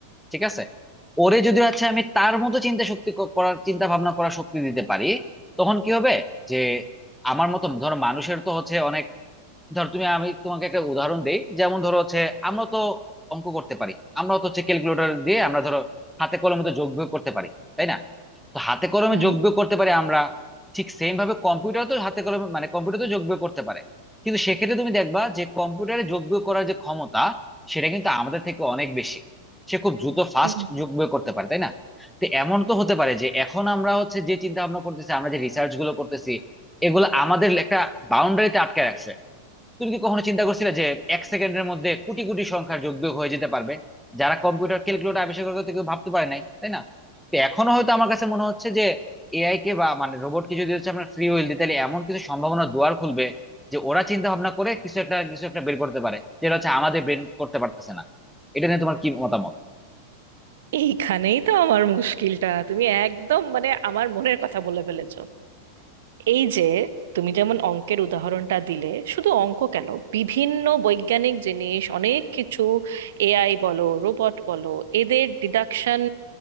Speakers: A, in the centre; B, on the right.
A: ঠিক আছে ওরে যদি হচ্ছে আমি তার মতো চিন্তা শক্তি ক- করার চিন্তা ভাবনা করার শক্তি দিতে পারি তখন কি হবে যে আমার মতো ধরো মানুষের তো হচ্ছে অনেক ধর তুমি আমি তোমাকে একটা উদাহরণ দেই যেমন ধরো হচ্ছে আমরা তো অঙ্ক করতে পারি আমরা তো হচ্ছে ক্যালকুলেটর দিয়ে আমরা ধরো হাতে কলমে তো যোগ বিয়োগ করতে পারি তাই না তো হাতে কলমে
B: হুম
A: যোগ বিয়োগ করতে পারি আমরা ঠিক সেম ভাবে কম্পিউটার তো হাতে কলমে মানে কম্পিউটার তো যোগ বিয়োগ করতে পারে কিন্তু সেক্ষেত্রে তুমি দেখবা যে কম্পিউটারে যোগ বিয়োগ করার যে ক্ষমতা সেটা কিন্তু আমাদের থেকে অনেক বেশি সে খুব দ্রুত ফাস্ট
B: হুম।
A: যোগ বিয়োগ করতে পারে তাই না তো এমন তো হতে পারে যে এখন আমরা হচ্ছে যে চিন্তা ভাবনা করতেছি আমরা যে রিসার্চ গুলো করতেছি এগুলো আমাদের একটা বাউন্ডারিতে আটকে রাখছে তুমি কি কখনো চিন্তা করছিলে যে এক সেকেন্ডের মধ্যে কোটি কোটি সংখ্যার যোগ বিয়োগ হয়ে যেতে পারবে যারা কম্পিউটার ক্যালকুলেটর আবিষ্কার করতে কেউ ভাবতে পারে নাই তাই না তো এখনো হয়তো আমার কাছে মনে হচ্ছে যে এআই কে বা মানে রোবটকে যদি হচ্ছে আমরা ফ্রি হুইল দিই তাহলে এমন কিছু সম্ভাবনা দুয়ার খুলবে যে ওরা চিন্তা ভাবনা করে কিছু একটা কিছু একটা বের করতে পারে যেটা হচ্ছে আমাদের ব্রেন করতে পারতেছে না এটা নিয়ে তোমার কি মতামত
B: এইখানেই তো আমার মুশকিলটা তুমি একদম মানে আমার মনের কথা বলে ফেলেছো এই যে তুমি যেমন অঙ্কের উদাহরণটা দিলে শুধু অঙ্ক কেন বিভিন্ন বৈজ্ঞানিক জিনিস অনেক কিছু এআই বলো রোবট বলো এদের ডিডাকশন